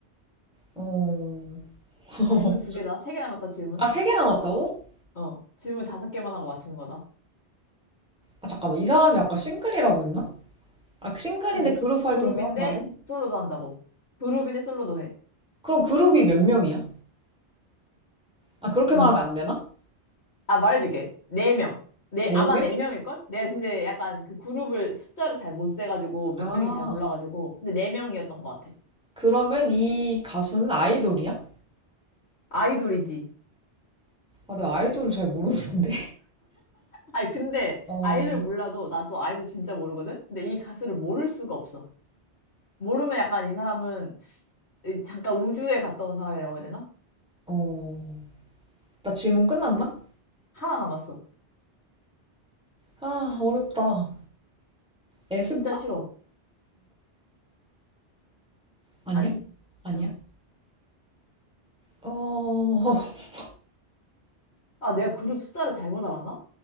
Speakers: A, in the centre; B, on the left.
A: 어. <laughs>
B: 질문 두 개다. 세 개 남았다, 질문.
A: 아, 세 개 남았다고?
B: 어, 질문 다섯 개만 하고 맞추는 거다.
A: 아, 잠깐만. 이 사람이 아까 싱글이라고 했나? 아, 그 싱글인데
B: 그
A: 그룹
B: 그룹인데
A: 활동도 한다고?
B: 솔로도 한다고. 그룹인데 솔로도 해.
A: 그럼 그룹이 몇 명이야? 아, 그렇게 말하면
B: 음,
A: 안 되나?
B: 아, 말해줄게. 네 명. 네,
A: 네
B: 아마
A: 명?
B: 네 명일걸? 내가 근데 약간 그 그룹을 숫자를 잘 못 세가지고 몇
A: 아,
B: 명인지 잘 몰라가지고. 근데 네 명이었던 것 같아.
A: 그러면 이 가수는 아이돌이야?
B: 아이돌이지.
A: 아, 내가 아이돌을 잘 모르는데.
B: 아니, 근데
A: <laughs> 어,
B: 아이돌 몰라도 나도 아이돌 진짜 모르거든? 근데 이 가수를 모를 수가 없어. 모르면 약간 이 사람은 잠깐 우주에 갔다 온 사람이라고 해야 되나?
A: 어, 나 질문 끝났나?
B: 하나 남았어.
A: 아, 어렵다. 에스파인가?
B: 진짜 쉬워.
A: 아니야?
B: 아니?
A: 아니야?
B: 어.
A: 어, <laughs>
B: 아, 내가 그룹 숫자를 잘못 알았나?